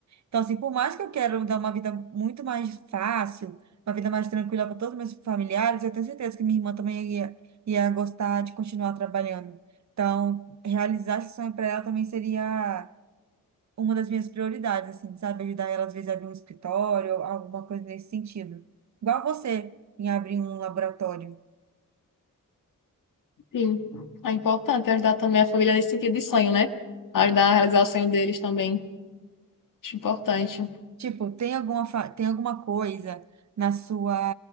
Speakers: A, on the right; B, on the left.
A: Então, assim, por mais que eu quero dar uma vida muito mais fácil, uma vida mais tranquila para todos os meus familiares, eu tenho certeza que minha irmã também ia, ia gostar de continuar trabalhando. Então, realizar esse sonho para ela também seria uma das minhas prioridades, assim, sabe? Ajudar ela, às vezes, a abrir um escritório, alguma coisa nesse sentido. Igual você em abrir um laboratório.
B: Sim, é importante ajudar também a família nesse sentido de sonho, né? Ajudar a realizar o sonho deles também. Acho importante.
A: Tipo, tem alguma, fa- tem alguma coisa na sua,